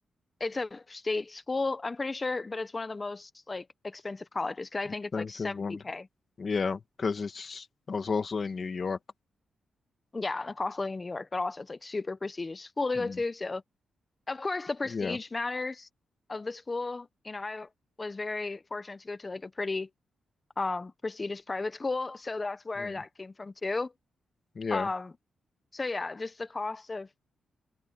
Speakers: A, on the left; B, on the left.
A: it's a state school, I'm pretty sure, but it's one of the most like expensive colleges because I think
B: expensive
A: it's like 70K.
B: ones. Yeah, because it's, I was also in New York.
A: Yeah, the cost of living in New York, but also it's like super prestigious school to
B: Mm.
A: go to. So of course, the prestige
B: Yeah,
A: matters of the school. You know, I was very fortunate to go to like a pretty um, prestigious private school, so that's where
B: mm,
A: that came from too.
B: yeah.
A: Um, so yeah, just the cost of